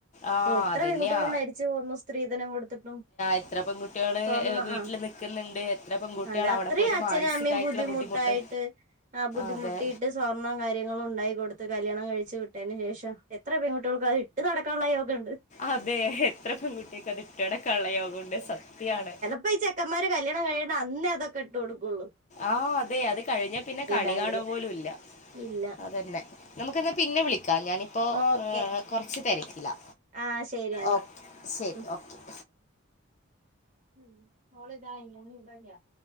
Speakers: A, on the left; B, on the right.
A: ആ
B: എത്ര
A: അതന്നെയാ
B: പെൺകുട്ട്യോള് മരിച്ച് പോന്നു സ്ത്രീധനം കൊടുത്ത്ട്ടും
A: എത്ര പെൺകുട്ടികള്
B: സൊർണ്ണ
A: വീട്ടിൽ
B: ആഹ്
A: നിൽക്കുന്നുണ്ട് എത്ര പെൺകുട്ടികൾ
B: അതെ അത്രയും
A: അവിടെ പോയിട്ട്
B: അച്ഛനും
A: മാനസികമായിട്ടുള്ള
B: അമ്മയും ബുദ്ധിമുട്ടായ്ട്ട്
A: ബുദ്ധിമുട്ട്
B: ആഹ് ബുദ്ധിമുട്ടിട്ട്
A: അതെ
B: സ് സൊർണ്ണോം കാര്യങ്ങളുണ്ടായ് കൊടുത്ത് കല്യണം കഴിച്ച് വിട്ടേന് ശേഷം എത്ര പെൺകുട്ട്യോൾക്ക് അത്ട്ട് നടക്കാന്ള്ള യോഗണ്ട്
A: അതെ എത്ര പെൺകുട്ട്യക്ക് അത്ട്ട് നടക്കാന്ള്ള യോഗണ്ട് സത്യാണ്
B: ഇപ്പ ഈ ചെക്കമ്മാര് കല്യാണംകഴ്യണ അന്നേ അതക്കെട്ട്കൊട്ക്ക്വള്ള്
A: ആഹ് അതെ അത് കഴിഞ്ഞ പിന്നെ കണികണ്വാ
B: ബാങ്കില്
A: പോലുംല്ല
B: ഇല്ല
A: അതെന്നെ നമുക്കന്നാ പിന്നെ വിളിക്കാം ഞാനിപ്പോ
B: ഓക്കെ
A: ആഹ് കൊറച്ച് തെരക്ക്ലാ
B: ആ ശരി എന്നാ
A: ഓഹ് ശെരി
B: ഉം
A: ഓക്കെ
B: മ്മ് ഓള് ദാ <unintelligible>